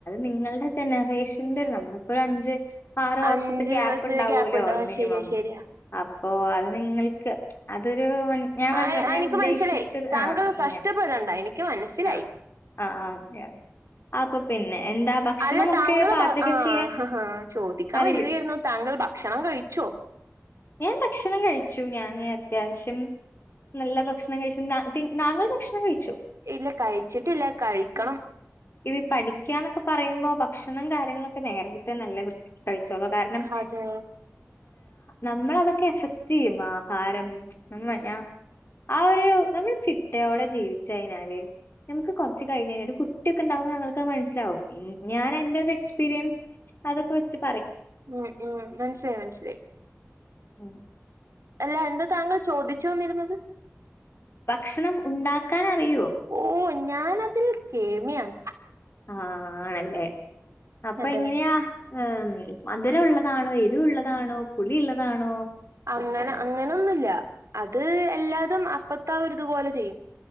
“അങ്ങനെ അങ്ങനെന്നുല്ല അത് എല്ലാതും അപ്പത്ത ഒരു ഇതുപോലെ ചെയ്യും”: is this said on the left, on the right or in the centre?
Right